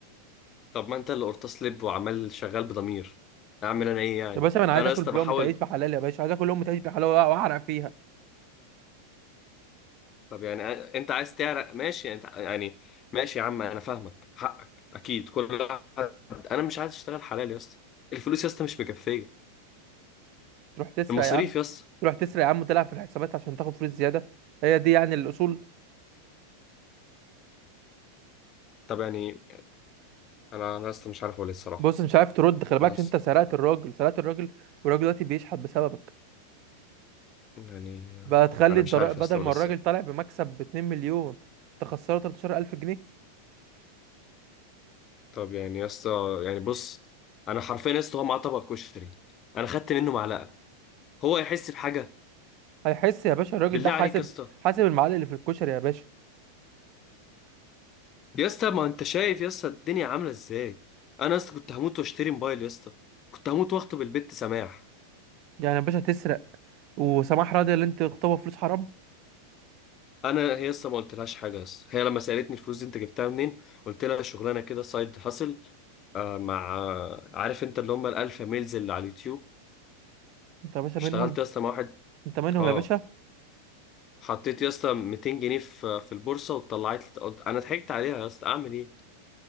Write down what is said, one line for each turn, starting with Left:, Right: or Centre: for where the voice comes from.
Left: طب ما انت اللي قرطاس لب وعمال شغال بضمير اعمل انا ايه يعني
Right: يا باشا ما انا عايز
Left: انا
Right: اكل
Left: يا اسطى
Right: بلقمه
Left: بحاول
Right: عيش بحلال يا باشا عايز اكل لقمه عيش بحلال واعرق فيها
Left: طب يعني أ- انت عايز تعرق ماشي انت يعني ماشي يا عم انا فاهمك حقك اكيد كل واحد انا مش عايز اشتغل حلال يا اسطى الفلوس يا اسطى مش مكفيه
Right: تروح تسرق
Left: المصاريف
Right: يا عم
Left: يا اسطى
Right: تروح تسرق يا عم وتلعب في الحسابات عشان تاخد فلوس زياده هي دي يعني الاصول
Left: طب يعني انا انا يا اسطى مش عارف اقول إيه الصراحه
Right: بص مش عارف ترد خلي بالك
Left: انا يا
Right: عشان
Left: اسطى
Right: انت سرقت الراجل سرقت الراجل والراجل دلوقتي بيشحت بسببك
Left: يعني
Right: بقى تخلي
Left: انا
Right: الضرائب
Left: مش عارف
Right: بدل
Left: يا اسطى
Right: ما
Left: اقول
Right: الراجل
Left: إيه
Right: طالع بمكسب ب 2 مليون تخسره 13000 جنيه
Left: طب يعني يا اسطى يعني بص انا حرفيا يا اسطى هو معاه طبق كشري انا خدت منه معلقه هو يحس بحاجه
Right: هيحس يا باشا الراجل
Left: بالله
Right: ده حاسب
Left: عليك يا اسطى
Right: حاسب المعلق اللي في الكشري يا باشا
Left: يا اسطى ما انت شايف يا اسطى الدنيا عامله ازاي انا يا اسطى كنت هموت واشتري موبايل يا اسطى كنت هموت واخطب البت سماح
Right: يعني يا باشا تسرق وسماح راضي اللي انت تخطبها فلوس حرام
Left: انا هي يا اسطى ما قلتلهاش حاجه يا اسطى هي لما سالتني الفلوس دي انت جبتها منين قلت لها شغلانه كده سايد هاسل آه مع آه، عارف انت اللي هم الالفا ميلز اللي على اليوتيوب
Right: انت يا باشا
Left: اشتغلت
Right: منهم
Left: يا اسطى مع واحد
Right: انت منهم
Left: اه
Right: يا باشا
Left: حطيت يا اسطى 200 جنيه في في البورصه وطلعت لي قلت انا ضحكت عليها يا اسطى اعمل ايه